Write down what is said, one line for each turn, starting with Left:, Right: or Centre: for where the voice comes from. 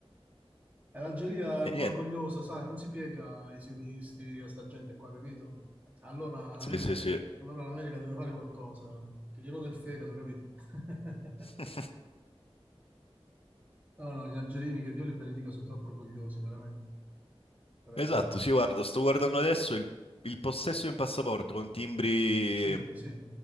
Right: E l'Algeria è
Left: e
Right: un
Left: niente.
Right: po' orgogliosa, sai, non si piega ai sionisti, a sta gente qua, capito? Allora l'America
Left: Sì, sì,
Right: de-
Left: sì.
Right: allora l'America deve fare qualcosa, che gli rode il fegato, capito? <laughs>
Left: <laughs>
Right: No, no, gli algerini, che Dio li benedica, sono troppo orgogliosi, veramente, veramente.
Left: Esatto, sì, guarda, sto guardando adesso il, il possesso di un passaporto con timbri
Right: Sì, sì,